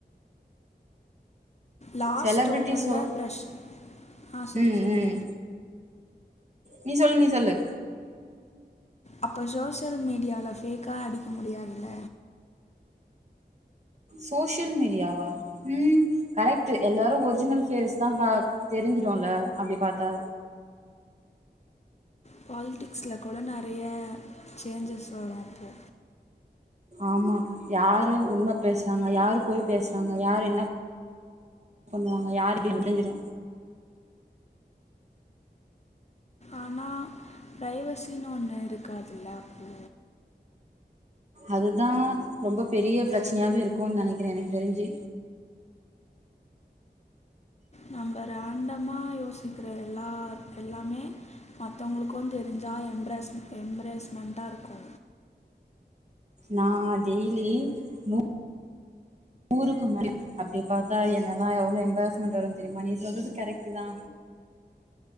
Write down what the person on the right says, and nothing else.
செலபிரிட்டிஸ்சோ
ம்
ம் நீ சொல் நீ சொல்லு
சோஷியல் மீடியாவா ம் கரெக்ட்டு எல்லாரு ஒரிஜினல் ஃபேஸ் தா கா தெரிஞ்சிடுல அப்டி பாத்தா
ஆமா யாரு உண்ம பேசுறாங்க யாரு பொய் பேசுறாங்க யாரு என்னப் பண்ணுவாங்க யாருடி முடிஞ்சிரு
அதுதா ரொம்ப பெரிய பிரச்சனையாவே இருக்கும்னு நெனைக்கிறே எனக்கு தெரிஞ்சு
நா டெய்லி நூ நூறுக்கு மேல அப்டி பாத்தா என்னலா எவ்ளோ எம்பாரஸ்மெண்ட் வரு தெரியுமா நீ சொல்றது கரெக்ட்டு தா